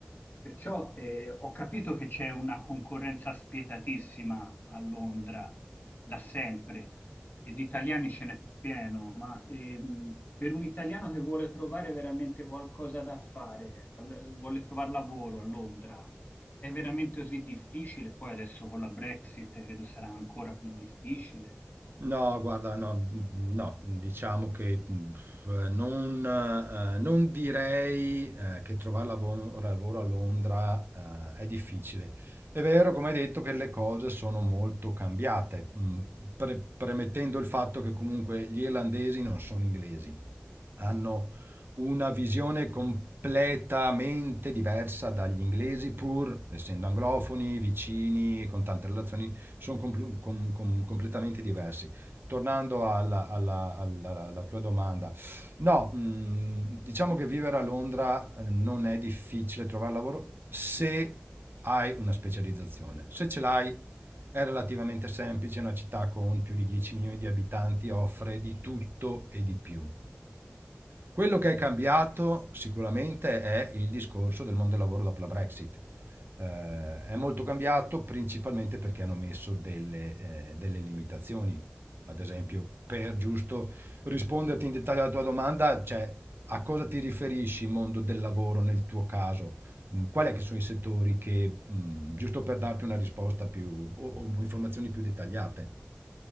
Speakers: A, on the left; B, on the right.
A: Perciò eh, ho capito che c'è una concorrenza spietatissima a Londra da sempre e di italiani ce n'è pieno, ma ehm, per un italiano che vuole trovare veramente qualcosa da fare, al- vuole trovare lavoro a Londra, è veramente così difficile? Poi adesso con la Brexit credo sarà ancora più difficile.
B: No, guarda, no, mm, no, mm, diciamo che pff, non, eh, non direi eh, che trovare lavoro, lavoro a Londra eh, è difficile. È vero, come hai detto, che le cose sono molto cambiate, mh, pre- premettendo il fatto che comunque gli irlandesi non sono inglesi hanno una visione completamente diversa dagli inglesi, pur essendo anglofoni, vicini e con tante relazioni, sono compl- com- com- completamente diversi. Tornando alla, alla- alla- alla tua domanda, no, mh, diciamo che vivere a Londra eh, non è difficile trovare lavoro se hai una specializzazione. Se ce l'hai, è relativamente semplice, una città con più di 10 milioni di abitanti offre di tutto e di più. Quello che è cambiato sicuramente è il discorso del mondo del lavoro dopo la Brexit. Eh, è molto cambiato principalmente perché hanno messo delle, eh, delle limitazioni. Ad esempio, per giusto risponderti in dettaglio alla tua domanda, cioè a cosa ti riferisci mondo del lavoro nel tuo caso? Mh, Quali è che sono i settori che, mh, giusto per darti una risposta più o o informazioni più dettagliate?